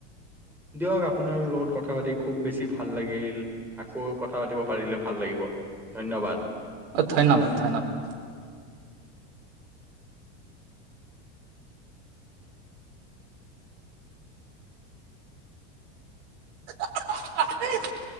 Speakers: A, in the centre; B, on the right (about 60°).
A: দিয়ক আপোনাৰ লগত কথা পাতি খুব বেছি ভাল লাগিল। আকৌ কথা পাতিব পাৰিলে ভাল লাগিব ধন্যবাদ।
B: অ ধন্যবাদ ধন্যবাদ। <unintelligible>